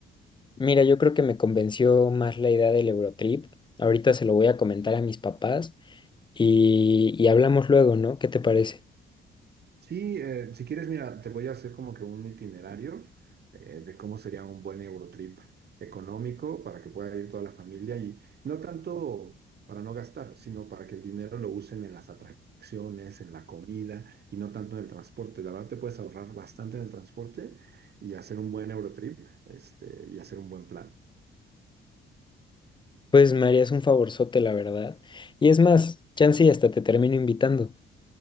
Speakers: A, on the left; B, on the right.
A: Mira, yo creo que me convenció más la idea del Eurotrip. Ahorita se lo voy a comentar a mis papás y, y hablamos luego, ¿no? ¿Qué te parece?
B: Sí, eh, si quieres, mira, te voy a hacer como que un itinerario eh, de cómo sería un buen Eurotrip económico para que pueda ir toda la familia y no tanto para no gastar, sino para que el dinero lo usen en las atracciones, en la comida y no tanto en el transporte. La verdad te puedes ahorrar bastante en el transporte y hacer un buen Eurotrip, este, y hacer un buen plan.
A: Pues me harías un favorzote, la verdad. Y es más, chance y hasta te termino invitando.